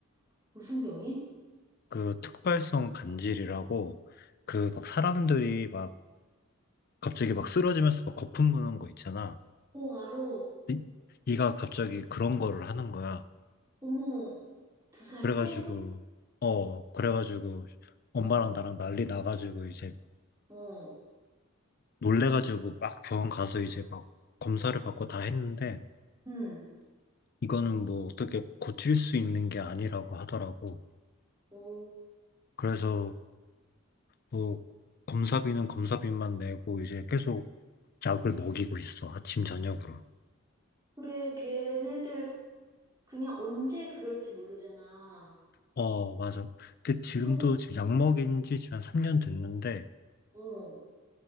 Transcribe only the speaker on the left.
그 특발성 간질이라고 그 막 사람들이 막 갑자기 막 쓰러지면서 막 거품 무는 거 있잖아.
이- 얘가 갑자기 그런 거를 하는 거야.
그래가지고,
어, 그래가지고
엄마랑 나랑 난리 나가지고 이제
놀래가지고 막 병원 가서 이제 막 검사를 받고 다 했는데
이거는 뭐 어떻게 고칠 수 있는 게 아니라고 하더라고.
그래서 뭐 검사비는 검사비만 내고 이제 계속 약을 먹이고 있어. 아침, 저녁으로.
어, 맞아. 근데 지금도
지금 약 먹인 지 지금 한 3년 됐는데